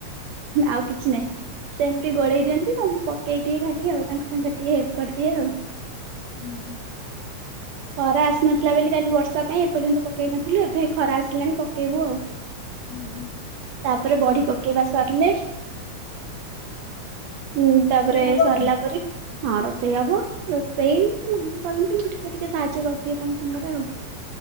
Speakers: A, on the right; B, on the left.
A: ଆଉ କିଛି ନାହିଁ। ସେମିତି ଗୋଳେଇ ଦିଅନ୍ତି ତ ମୁଁ ପକେଇ ଦିଏ ଖାଲି ଆଉ ତାଙ୍କ ପାଇଁ ତ ଟିକେ ହେଲ୍ପ କରିଦିଏ ଆଉ।
B: ହୁଁ ହୁଁ।
A: ଖରା ଆସିନଥିଲା ବୋଲି କାଲି ବର୍ଷା ପାଇଁ ଏପର୍ଯ୍ୟନ୍ତ ପକେଇ ନଥିଲୁ ଏବେ ଖରା ଆସିଲାଣି ପକେଇବୁ ଆଉ।
B: ହୁଁ ହୁଁ।
A: ତାପରେ ବଢି ପକେଇବା ସରିଲେ ହୁଁ ତାପରେ
B: ରୋଷେଇ ହବ
A: ସରିଲା
B: ଆଉ
A: ପରେ ହଁ ରୋଷେଇ ହବ ରୋଷେଇ ମାମା କରନ୍ତି ମୁଁ ଟିକେ ସେ ଟିକେ ସାହାଯ୍ୟ କରିଦିଏ ତାଙ୍କ ସାଙ୍ଗରେ ଆଉ